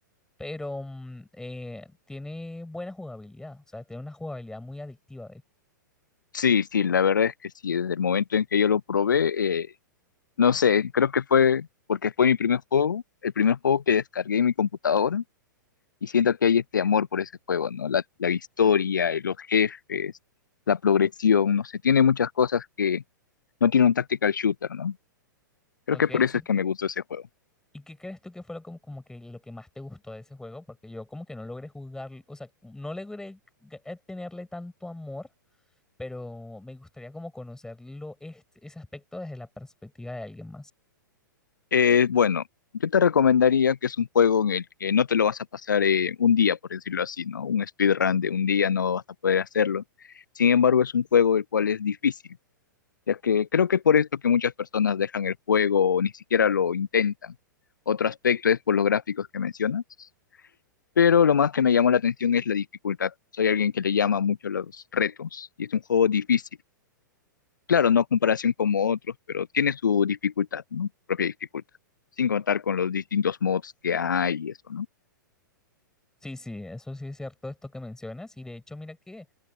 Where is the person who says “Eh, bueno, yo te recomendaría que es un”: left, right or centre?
Left